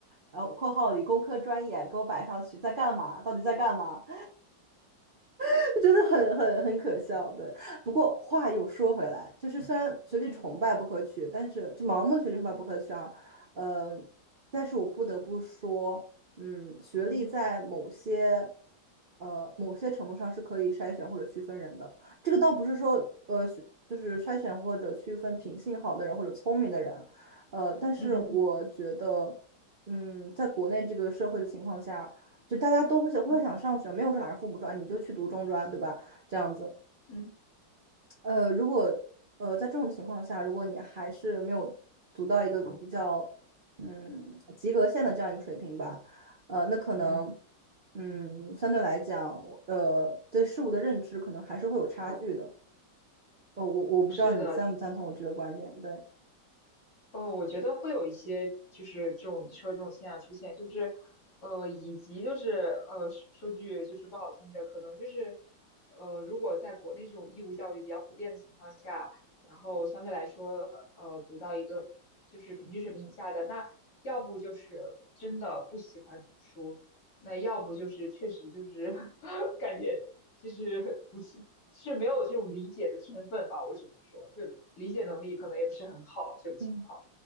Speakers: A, on the right; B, on the left.
A: 然后括号理工科专业给我摆上去，在干嘛？到底在干嘛？<laughs> 真的很很很可笑，对。不过话又说回来，就是虽然学历崇拜不可取，
B: 嗯
A: 但是就盲目的学历崇拜不可取啊，
B: 嗯
A: 呃，但是我不得不说，嗯，学历在某些
B: 嗯
A: 呃某些程度上是可以筛选或者区分人的。这个倒不是说呃学就是筛选或者区分品性好的人或者聪明的人啊，呃，但是我觉得，
B: 嗯
A: 嗯，在国内这个社会的情况下。就大家都会想会想上学，
B: 嗯
A: 没有说哪个父母说啊你就去读中专，对吧？这样子，
B: 嗯，
A: 呃，如果呃在这种情况下，如果你还是没有读到一个比较嗯及格线的这样一个水平吧，呃，那可能
B: 嗯
A: 嗯相对来讲，呃对事物的认知可能还是会有差距的。呃，我我不知道你赞不赞同我这个观点，
B: 是的。
A: 对。
B: 哦，我觉得会有一些，就是这种你说这种现象出现，就是，呃，以及就是呃，说说句就是不好听的，可能就是，呃，如果在国内这种义务教育比较普遍的情况下，然后相对来说，呃，读到一个就是平均水平以下的，那要不就是真的不喜欢读书，那要不就是确实就是 <laughs> 感觉就是不是是没有这种理解的天分吧，我只能说，就理解能力可能也不是很好这种情况。
A: 嗯。